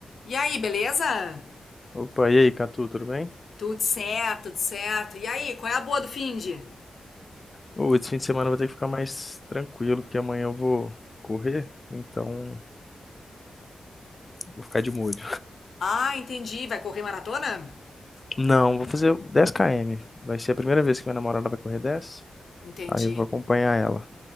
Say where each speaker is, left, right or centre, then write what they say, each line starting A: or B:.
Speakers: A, on the left; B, on the left.
A: E aí, beleza?
B: Opa, e aí, Catu, tudo bem?
A: Tudo certo, tudo certo. E aí, qual é a boa do finde?
B: Ô, esse fim de semana eu vou ter que ficar mais tranquilo, porque amanhã eu vou correr, então vou ficar de molho.
A: Ah, entendi. Vai correr maratona?
B: Não, vou fazer 10 km. Vai ser a primeira vez que minha namorada vai correr 10,
A: Entendi.
B: aí eu vou acompanhar ela.